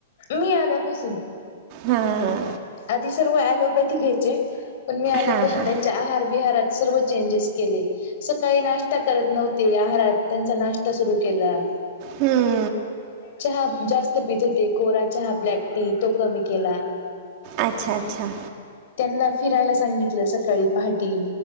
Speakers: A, on the left; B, on the right.
A: मी आल्यापासून
B: हां,
A: आधी सर्व ऐलोपथी घ्यायचे पण मी आल्यापासून
B: हां, हां.
A: त्यांच्या आहार विहारात सर्व चेंजेस केले सकाळी नाष्टा करत नव्हती आहारात त्यांचा नाष्टा सुरू केला
B: हम
A: चहा जास्त पित होते कोरा चहा ब्लॅक टी तो कमी केला
B: अच्छा अच्छा
A: त्यांना ला फिरायला सांगितलं सकाळी पहाटी